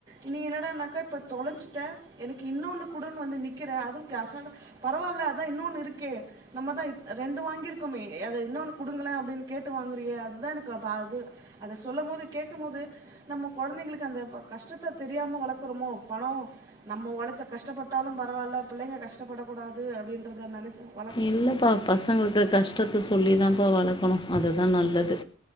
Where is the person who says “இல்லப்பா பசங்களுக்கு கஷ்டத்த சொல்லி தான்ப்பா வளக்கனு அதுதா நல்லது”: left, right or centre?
Left